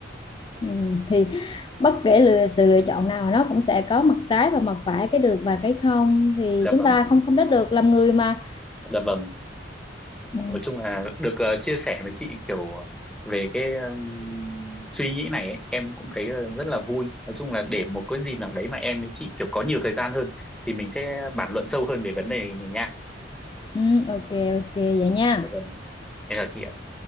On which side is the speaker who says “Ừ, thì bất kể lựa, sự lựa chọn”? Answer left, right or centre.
Left